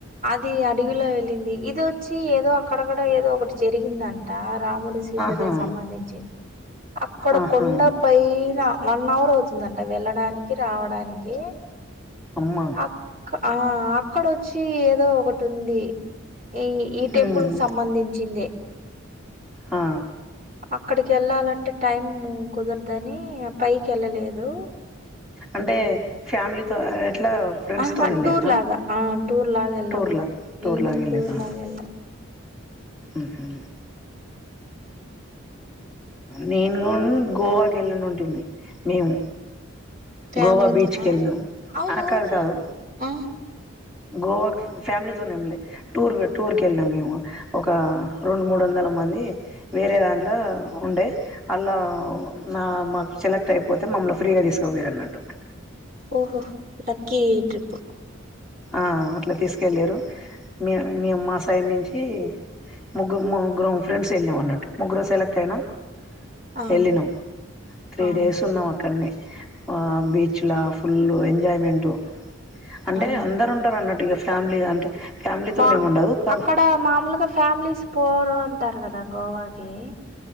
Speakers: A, on the right; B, in the centre.
A: అది అడవి లో వెళ్ళింది ఇది వచ్చి ఏదో అక్కడక్కడ ఏదో ఒకటి జరిగిందంట రాముడి సీతదే
B: ఆహా
A: సంబంధించింది అక్కడ
B: ఆహా
A: కొండ పైన వన్ అవర్ అవుతుందంట వెళ్ళడానికి రావడానికి
B: అమ్మ
A: అక్క ఆ అక్కడొచ్చి ఏదో ఒకటి ఉంది ఈ ఈ టెంపుల్
B: ఉమ్,
A: కి సంబంధించిందే
B: ఆ
A: అక్కడికి వెళ్ళాలంటే టైం కుదరదని పైకి వెళ్ళలేదు
B: అంటే ఫ్యామిలీతో ఎట్లా ఫ్రెండ్స్తో
A: ఆహా
B: వెళ్ళిరా
A: టూర్ లాగా ఆ టూర్ లాగా ఎళ్ళాం.
B: టూర్ లాగా
A: హ్మ్
B: టూర్లాగ వెళ్ళిరా
A: టూర్ లాగా ఎళ్ళాం.
B: ఉహు నేను కూడా గోవాకి వెళ్ళడి ఉంటేంది మేము
A: ఫ్యామిలీతోనా?
B: గోవా బీచ్కి వెళ్ళాం
A: అవును
B: ఆ కాదు కాదు
A: ఆ
B: గోవాకి ఫ్యామిలీతోను వెళ్ళలే టూర్ టూర్ కి వెళ్ళినాం మేము ఒక రెండు మూడు వందల మంది వేరే దాంట్లో ఉండే అల్లు నా మాకు సెలెక్ట్ అయిపోతే మమ్మల్ని ఫ్రీగా తీసుక పోయరు అన్నట్టు
A: ఓహో లక్కీ ట్రిప్
B: ఆ అట్లా తీసుకెళ్ళరు మేం మేము మా సైడ్ నుంచి ముగ్గు ముగ్గురమ్ ఫ్రెండ్స్ వెళ్ళాం అన్నటు ముగ్గురం సెలెక్ట్ అయినాం
A: ఆ
B: వెళ్ళినాం త్రీ
A: ఆ
B: డేస్ ఉన్నాం అక్కడ అక్కన్నె ఆ బీచ్ల ఫుల్ ఎంజాయ్మెంటు అంటే
A: అవునులే
B: అందరూ ఉంటారు అన్నట్టే ఇగ ఫ్యామిలీ అంటే ఫ్యామిలీతోనే
A: బా
B: ఏమి ఉండదు
A: అక్కడ మామూలుగా ఫ్యామిలీస్ పోరు అంటారు కదా గోవాకి